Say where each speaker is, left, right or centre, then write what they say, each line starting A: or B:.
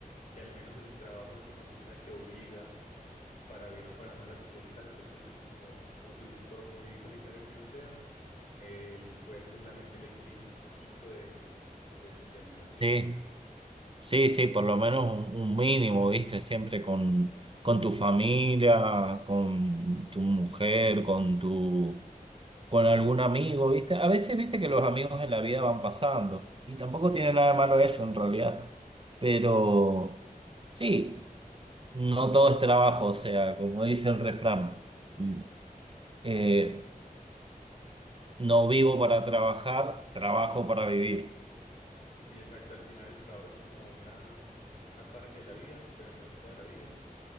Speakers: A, on the left (about 55°); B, on the right (about 35°).
A: que al menos el trabajo en oficina te obliga para bien o para mal a socializar. Entonces eso es como, como tú dices, por muy solitario que uno sea, el cuerpo y la mente le exige un poquito de, de socialización.
B: Sí. Sí, sí, por lo menos un, un mínimo, viste, siempre con, con tu familia, con tu mujer, con tu, con algún amigo, viste. A veces, viste, que los amigos en la vida van pasando y tampoco tiene nada de malo eso en realidad. Pero sí, no todo es trabajo, o sea, como dice el refrán, mm, eh, no vivo para trabajar, trabajo para vivir.
A: Sí, exacto. Al final el trabajo es como una, una parte de la vida, pero no es toda la vida.